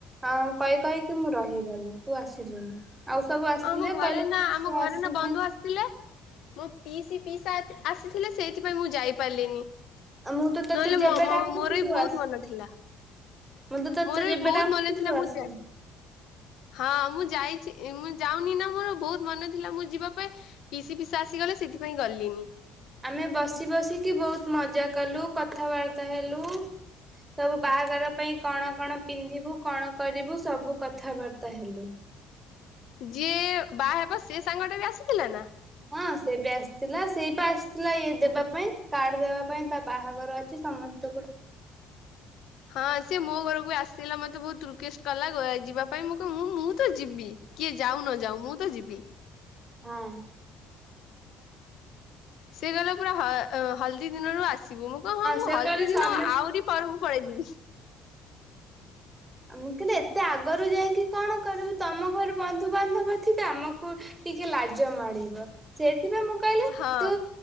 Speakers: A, on the right; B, on the left.
A: ତ କହି କହି ମୁଁ ରହିଗଲି ତୁ ଆସିଲୁନି। ଆଉ ସବୁ ଆସିଲେ
B: ଆମ ଘରେ
A: କହିଲେ
B: ନା
A: ସେ
B: ଆମ ଘରେ
A: ଆସିଲା
B: ନା ବନ୍ଧୁ ଆସିଥିଲେ। ମୋ ପିସି ପିଇଶା ଆସିଥିଲେ ସେଇଥି ମୁଁ ଯାଇପାରିଲି
A: ମୁଁ ତ ତତେ
B: ନହେଲେ
A: ଯେବେ
B: ମୋର
A: ଡାକୁଛି
B: ବି
A: ତୁ
B: ବହୁତ
A: ଆସୁନୁ
B: ମନ ଥିଲା
A: ମୁଁ ତ ତତେ
B: ମୋର
A: ଯେବେ
B: ବି ବହୁତ
A: ଡାକୁଛି
B: ମନ ଥିଲା
A: ତୁ ଆସୁନୁ।
B: ମୁଁ ହଁ ମୁଁ ଯାଇଛି ମୁଁ ମୀନା ମୋର ବହୁତ ମନେ ଥିଲା ମୁଁ ଯିବା ପାଇଁ ପିସି ପିଇସା ଆସିଗଲେ ସେଥିପାଇଁ ଗଲିନି।
A: ଆମେ ବସି ବସିକି ବହୁତ ମଜା କଲୁ କଥାବାର୍ତ୍ତା ହେଲୁ ସବୁ ବାହାଘର ପାଇଁ କଣ କଣ ପିନ୍ଧିବୁ କଣ କରିବୁ ସବୁ କଥାବାର୍ତ୍ତା ହେଲୁ।
B: ଯିଏ ବାହା ହେବ ସେ ସାଙ୍ଗ ଟା ବି ଆସିଥିଲା ନା?
A: ହଁ ସେ ବି ଆସିଥିଲା। ସେଇପା ଆସିଥିଲା ଇଏ ଦେବା ପାଇଁ କାର୍ଡ ଦେବା ପାଇଁ ତା ବାହାଘର ଅଛି ସମସ୍ତଙ୍କୁ
B: ହଁ ସେ ମୋ ଘରକୁ ଆସିିଲା ମତେ ବହୁତ ରିକେଷ୍ଟ କଲା ଯିବା ପାଇଁ ମୁଁ କ ମୁଁ ତ ଯିବି। କିଏ ଯାଉ ନ ଯାଉ ମୁଁ ତ ଯିବି।
A: ହଁ।
B: ସେ କହିଲା ପୁରା ହ ହଲ ଦିନରୁ ଆସିବୁ ମୁଁ କଣ ହଁ ମୁଁ
A: ସେ
B: ହଳଦୀ
A: କହିଲେ
B: ଦିନ
A: ସମସ୍ତେ
B: ଆହୁରି ପରୁ ପଳେଇ ଯିବି।
A: ମୁଁ କହିଲି ଏତେ ଆଗରୁ ଯାଇକି କଣ କରିବୁ ତମ ଘରେ ବନ୍ଧୁବାନ୍ଧବ ଥିବେ ଆମକୁ ଟିକେ ଲାଜ ମାଡ଼ିବ ସେ ସେଥି ପାଇଁ ମୁଁ କହିଲି
B: ହଁ
A: ତୁ